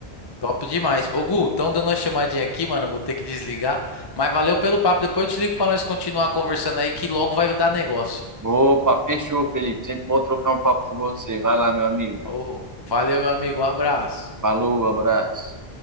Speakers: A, on the left (about 30°); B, on the right (about 25°).
A: top demais. Ô, Gu, estão dando uma chamadinha aqui, mano. eu Vou ter que desligar. Mas valeu pelo papo. Depois eu te ligo pra nós continuar conversando aí, que logo vai dar negócio.
B: Opa, fechou, Felipe. Sempre bom trocar um papo com você. Vai lá, meu amigo.
A: Ô, valeu, meu amigo. Um abraço.
B: Falou, abraço.